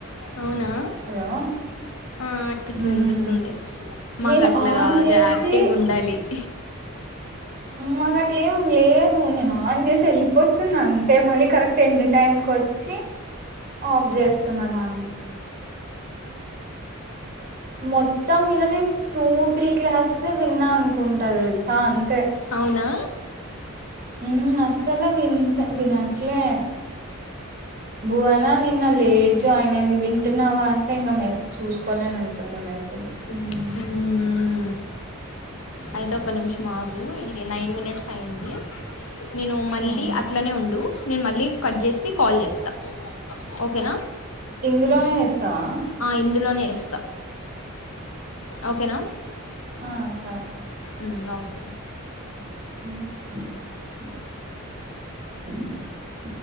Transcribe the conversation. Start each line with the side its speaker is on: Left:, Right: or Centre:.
Left: అవునా
Right: హలో
Left: ఆ వినిపిస్తుంది
Right: ఉమ్
Left: వినిపిస్తుంది మాకు
Right: నేను
Left: అట్లా
Right: ఆన్
Left: గదు
Right: చేసి
Left: యాక్టివ్ గా ఉండాలి <inaudible>
Right: మాకు అట్లే ఏం లేదు నేను ఆన్ చేసి వెళ్ళిపోతున్నా అంతే మళ్ళీ కరెక్ట్ ఎం టైం కు వచ్చి ఆఫ్ చేస్తున్న దాన్ని మొత్తం మీద నేను టూ త్రీ క్లాసెస్ే విన్నా అనుకుంటాది తెలుసా అంతే
Left: అవునా
Right: హ అస్సలు వింట వినట్లే భువనా నిన్న లేట్ జాయిన్ అయింది వింటున్నావా అంటే ఇంకా చూసుకోవాలని ఉంటుంది మెసేజ్ ఉమ్
Left: ఉ ఐద ఒక నిమిషం ఆగు ఇది నైన్ మినిట్స్ అయ్యంది నేను మళ్ళీ
Right: అవును
Left: అట్లానే ఉండు నేను మళ్ళీ కట్ చేసి కాల్ చేస్తా ఓకేనా
Right: ఇందులోనే వేస్తావా
Left: ఇందులోనే ఇస్తా ఓకేనా
Right: ఆ సరే
Left: మ్మ్, ఓకే
Right: అ <inaudible>